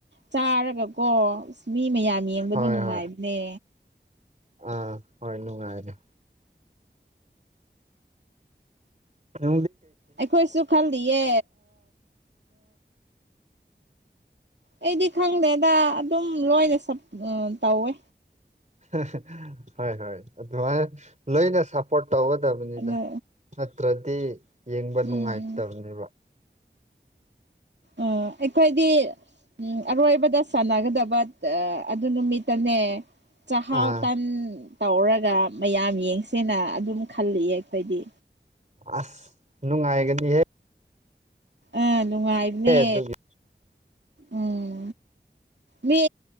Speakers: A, on the right; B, on the right.
A: ꯆꯥꯔꯒꯀꯣ ꯃꯤ ꯃꯌꯥꯝ ꯌꯦꯡꯕꯗ
B: ꯍꯣꯏ
A: ꯅꯨꯡꯉꯥꯏꯕꯅꯦ
B: ꯍꯣꯏ ꯑꯥ ꯍꯣꯏꯅꯅꯨꯡ ꯍꯥꯏꯥꯏꯔ ꯍ
A: ꯑꯩꯈꯣꯏꯁꯨ ꯈꯜꯂꯤꯌꯦ ꯑꯩꯗꯤ ꯈꯪꯗꯦꯗ ꯑꯗꯨꯝ ꯂꯣꯏꯅ ꯇꯧꯋꯦ
B: ꯍ ꯍꯣꯏ ꯊꯉꯥꯏ ꯂꯣꯏꯅꯦ ꯁꯄꯣꯔꯠ ꯇꯧꯒꯗꯕꯅꯤꯅ
A: ꯑꯗꯨ
B: ꯅꯠꯇ꯭ꯔꯗꯤ ꯌꯦꯡꯕ ꯅꯨꯡꯉꯥꯏꯇꯕꯅꯦꯕ
A: ꯎꯝ ꯑꯣ ꯑꯩꯈꯣꯏꯗꯤ ꯎꯝ ꯑꯔꯣꯏꯕꯗ ꯁꯥꯟꯅꯒꯗꯕ ꯑꯗꯨ ꯅꯨꯃꯤꯠꯇꯅꯦ ꯆꯍꯥꯎ
B: ꯑꯥ
A: ꯇꯥꯟ ꯇꯧꯔꯒ ꯃꯌꯥꯝ ꯌꯦꯡꯁꯦꯅ ꯑꯗꯨꯝ ꯈꯜꯜꯂꯤꯑ ꯑꯩꯈꯣꯏꯗꯤ
B: ꯑꯁ ꯅꯅꯨꯡꯥꯏꯑꯒꯗꯤꯍꯦ
A: ꯑ ꯅꯨꯡꯉꯥꯏꯕ꯭ꯔꯦ
B: ꯑꯗꯨꯒꯤ
A: ꯎꯝ ꯃꯤ